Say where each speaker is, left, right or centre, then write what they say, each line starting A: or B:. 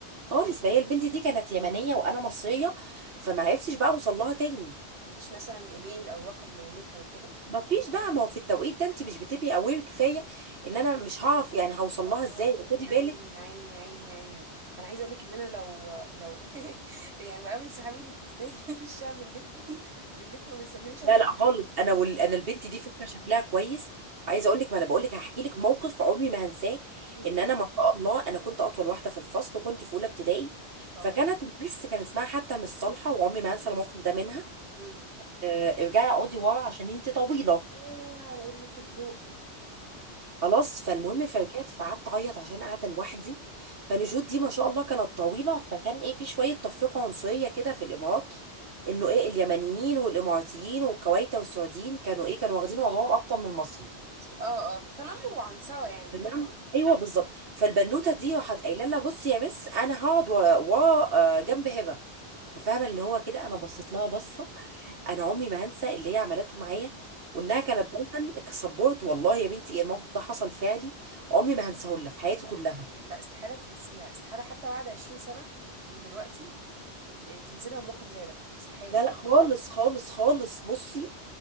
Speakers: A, on the right; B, on the right.
A: خالص فهي البنت دي كانت يمنيه وانا مصريه فما عرفتش بقى اوصل لها تاني
B: مفيش مثلا ايميل او رقم لمامتها وكده
A: ما فيش بقى ما هو في التوقيت ده انت مش بتبقي اوير كفايه ان انا مش هعرف يعني هوصل
B: اه
A: لها ازاي خدي
B: يا
A: بالك
B: عيني يا عيني يا عيني يا عيني انا عايزه اقول لك ان انا لو لو <laughs> يعني بقابل صحابي اللي في ابتدائي <laughs> في الشارع بنلف <laughs> بنلف ما بنسلمش
A: لا
B: على
A: لا خالص انا وال... انا البنت دي فكره شكلها كويس عايزه اقول لك ما انا بقول لك هحكي لك موقف عمري ما هنساه
B: مم.
A: ان انا ما شاء الله انا كنت اطول واحده في الفصل وكنت في اولى ابتدائي
B: على
A: فكانت
B: الله
A: المس
B: اكبر
A: كان اسمها حتى مش صالحه وعمري ما هنسى الموقف ده منها
B: مم.
A: آه، ارجعي اقعدي ورا عشان انت طويله
B: ايه على قله الذوق
A: خلاص فالمهم
B: مم.
A: فرجعت فقعدت اعيط عشان قاعده لوحدي فنجود دي ما شاء الله كانت طويله فكان ايه في شويه تفرقه عنصريه كده في الامارات انه ايه اليمنيين والاماراتيين والكويت والسعوديين كانوا ايه كانوا واخدين وضعهم اكتر من المصريين
B: اه اه تنمر وعنصرة يعني
A: تمام
B: فاهمه
A: ايوه بالظبط فالبنوته دي راحت قايله لها بصي يا مس انا هقعد ورا ورا آه، جنب هبه فاهمه اللي هو كده انا بصيت لها بصه انا عمري ما هنسى اللي هي عملته معايا وانها كانت دايما كسبورت والله يا بنتي الموقف ده حصل فعلي عمري ما هنساه لها في حياتي كلها
B: لا استحالة تنسيها استحالة حتى بعد 20 سنة من دلوقتي آه، تنسينا الموقف زي ده استحالة
A: لا لا خالص خالص خالص بصي